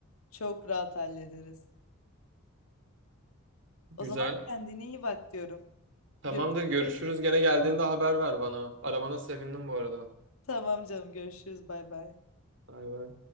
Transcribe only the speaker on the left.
Çok rahat hallederiz. O
zaman kendine iyi bak diyorum.
Görüşürüz.
Tamam canım görüşürüz. Bay bay.